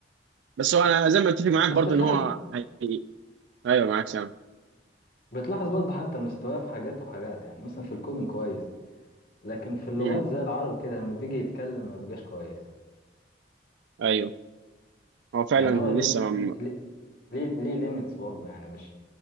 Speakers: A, on the right; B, on the left.
A: بس هو انا زي ما اتفق معاك
B: بس
A: برضه
B: بتلاحظ
A: ان هو هي... ايوه معاك سامع
B: بتلاحظ برضه حتى مستواه في حاجات وحاجات يعني مثلا في الكودing كويس لكن في اللغات
A: امم
B: زي العربي كده لما بيجي يتكلم ما بيبقاش كويس
A: ايوه هو فعلا
B: يعني هو
A: لسه
B: ليه
A: ما
B: ليه ليه, ليه ليميتس برضه يعني مش